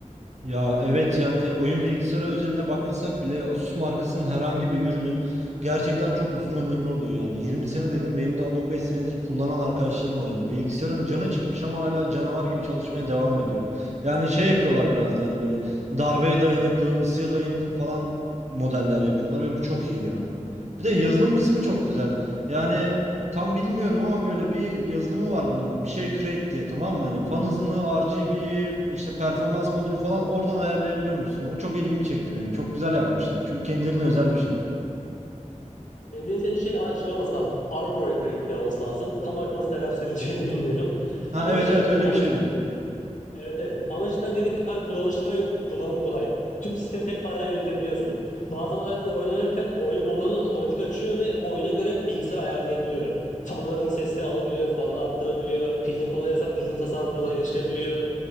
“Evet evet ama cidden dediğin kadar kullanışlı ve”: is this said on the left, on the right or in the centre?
Left